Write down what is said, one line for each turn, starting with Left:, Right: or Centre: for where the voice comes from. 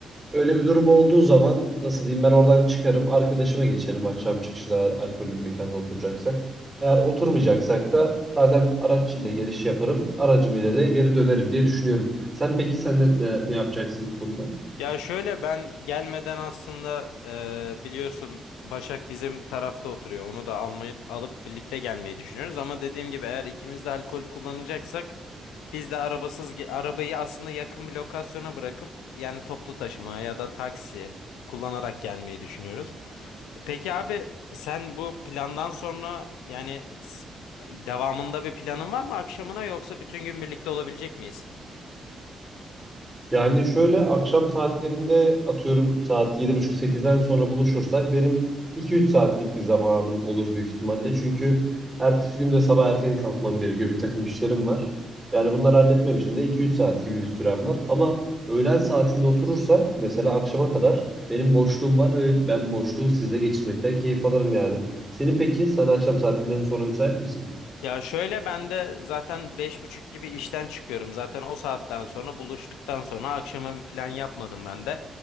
Right: Öyle bir durum olduğu zaman nasıl diyeyim ben oradan çıkarım arkadaşıma geçerim akşam çıkışında eğer alkollü bir mekanda oturacaksak. Eğer oturmayacaksak da zaten araç ile giriş yaparım aracım ile de geri dönerim diye düşünüyorum. Sen peki sen ne, ne, ne yapacaksın bu konuda?
Left: Ya şöyle ben gelmeden aslında e, biliyorsun Başak bizim tarafta oturuyor. Onu da almayı alıp birlikte gelmeyi düşünüyoruz. Ama dediğim gibi eğer ikimiz de alkol kullanacaksak biz de arabasız ge- arabayı aslında yakın bir lokasyona bırakıp yani toplu taşıma ya da taksi kullanarak gelmeyi düşünüyoruz. Peki abi sen bu plandan sonra yani s- devamında bir planın var mı akşamına yoksa bütün gün birlikte olabilecek miyiz?
Right: Yani şöyle akşam saatlerinde atıyorum saat yedi buçuk sekizden sonra buluşursak benim iki üç saatlik bir zamanım olur büyük ihtimalle. Çünkü ertesi gün de sabah erken kalkmam gerekiyor. Bir takım işlerim var. Yani bunları halletmem için de 2-3 saat gibi bir sürem var. Ama öğlen saatinde oturursak mesela akşama kadar benim boşluğum var ve ben boşluğu sizle geçirmekten keyif alırım yani. Senin peki sen akşam saatinden sonra müsait misin?
Left: Ya şöyle ben de zaten beş buçuk gibi işten çıkıyorum. Zaten o saatten sonra buluştuktan sonra akşama bir plan yapmadım ben de.